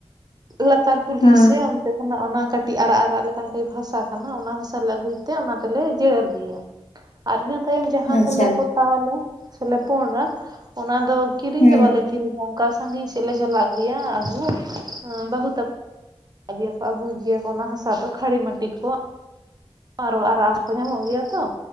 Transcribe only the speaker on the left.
ᱦᱩᱸ
ᱟᱪᱪᱷᱟ
ᱦᱩᱸ